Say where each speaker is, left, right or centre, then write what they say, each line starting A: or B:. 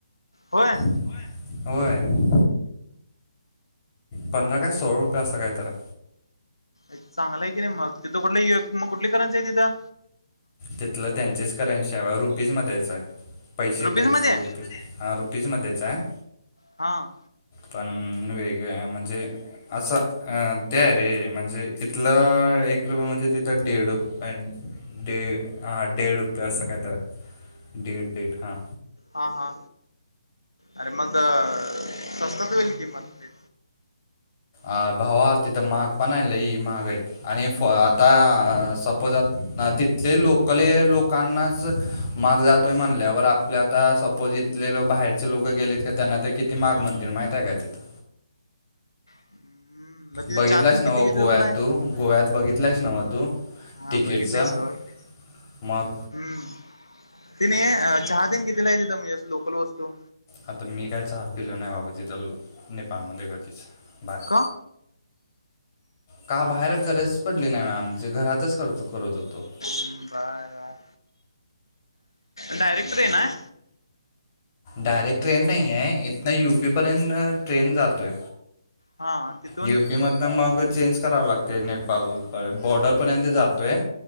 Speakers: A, on the left; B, on the left.
A: होय.
B: होय होय. पंधरा काय सोळा रुपये असं काय तर हाय.
A: एक चांगलं आहे की नाय मग, तिथं कुठल एक मग कुठली करन्सी हाय तिथं.
B: तिथलं त्यांचेच करन्सी आहे बा रुपीज मध्येच आहे. पैसे
A: रुपीज
B: पैसे
A: मध्ये
B: रुपिज हा रुपीजमध्येच हाय.
A: हां
B: पणं वेगळं हाय म्हणजे असं अ ते रे म्हणजे इथलं एक रुपये म्हणजे तीत त डेड रुपये अँड डेड हा डेड रुपया असं काय तरं हाय. दीड दीड हां
A: हा हा अरे मग स्वस्तात होईल की मग ते
B: आ भावाच तिथं महाग पण हाय लई महागय. आणि फ आता अ सपोज आ तिथले लोकले लोकांनाच महाग जातोय म्हणल्यावर आपले आता सपोज इथले लो बाहेरचे लोकं गेलेत का त्यांना ते कि ती महाग म्हणतील माहित हाय का तिथं.
A: हम्म मग तिथे
B: बघितलायस
A: चहा तेन
B: नव्ह
A: किती किती
B: गोव्यात
A: रुपयला आहे?
B: तू, गोव्यात बघितलायस नव्ह तू.
A: हा
B: तिकीटचं
A: बघितलंय सोड
B: मग
A: हम्म. तिने अ चहा तेन कितीला आहे? तिथं म्हणजे असं लोकल वस्तू
B: आता मी काय चहा पिलो नाय बाबा तिथं ल नेपाळमध्ये कधीच बाहेर.
A: का?
B: का बाहेरज गरजस पडली नाय म आमच घरातच करतो करत होतो.
A: हूं बरा, डायरेक्ट ट्रेन हाय.
B: डायरेक्ट ट्रेन नाहीये आहे इथनं यु पी पर्यंन ट्रेन जातोय.
A: हा आणि तिथून?
B: यु पी मधन मग चेंज कराव लागतंय नेपाल पर्यंत बॉर्डर पर्यंत जातोय